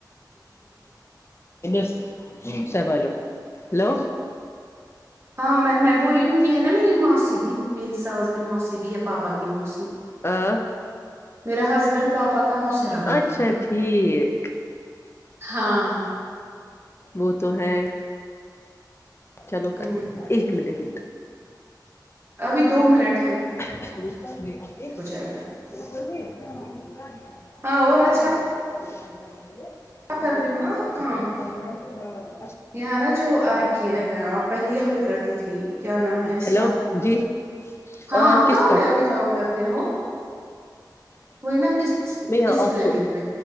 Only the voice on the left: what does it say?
س سالو ہلو
آ <unintelligible>
اچھا
ٹھیک
وہ تو ہے چلو
ایک منٹ ہی
<inaudible> ان
بے <inaudible>
ک آ
<inaudible>
ہیلو
جی
آ،
کس
کا
میں یہاں آف
تو